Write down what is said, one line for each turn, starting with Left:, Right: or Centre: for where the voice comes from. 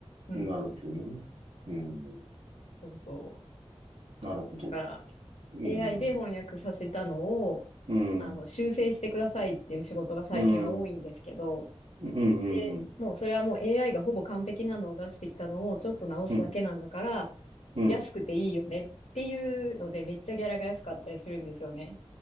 Left: うん。
Right: なるほどね。うん、
Left: そうそ
Right: なるほど。
Left: う。だから、
Right: うん、
Left: AI で翻訳させたのを、
Right: うん、
Left: あの、修正してくださいっていう仕事が最近は多いんですけど、
Right: うん、うん、うん、
Left: で、
Right: うん、
Left: もうそれはもう AI がほぼ完璧なのを出してきたのをちょっと直すだけなんだから、
Right: うん、うん、
Left: 安くていいよねっていうのでめっちゃギャラが安かったりするんですよね。